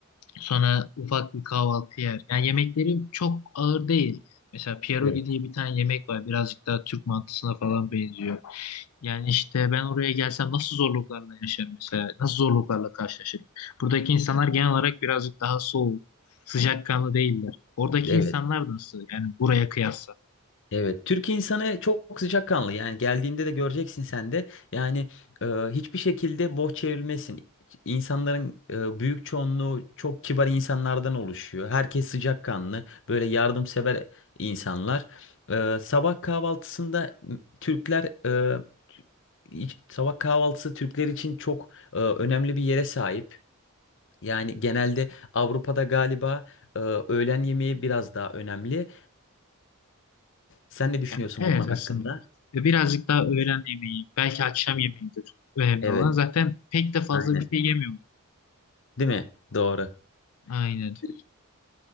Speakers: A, on the left; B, on the left.
A: sonra ufak bir kahvaltı yer. Yani yemekleri çok ağır değil. Mesela pierogi
B: evet.
A: diye bir tane yemek var. Birazcık daha Türk mantısına falan benziyor. Yani işte ben oraya gelsem nasıl zorluklarla yaşarım mesela? Nasıl zorluklarla karşılaşırım? Buradaki insanlar genel olarak birazcık daha soğuk, sıcakkanlı değiller. Oradaki
B: Evet.
A: insanlar nasıl? Yani buraya kıyasla.
B: Evet, Türk insanı çok sıcakkanlı. Yani geldiğinde de göreceksin sen de. Yani e, hiçbir şekilde boş çevrilmesin. İnsanların e, büyük çoğunluğu çok kibar insanlardan oluşuyor. Herkes sıcakkanlı, böyle yardımsever insanlar. E, sabah kahvaltısında Türkler e, iç- sabah kahvaltısı Türkler için çok e, önemli bir yere sahip. Yani genelde Avrupa'da galiba e, öğlen yemeği biraz daha önemli. Sen ne düşünüyorsun
A: Ya, evet
B: bu konu
A: aslında.
B: hakkında?
A: Ve Birazcık daha öğlen yemeği, belki akşam yemeğidir önemli
B: Evet,
A: olan. Zaten pek de fazla
B: aynen.
A: bir şey yemiyorlar.
B: Değil mi? Doğru.
A: Aynen.
B: Tür-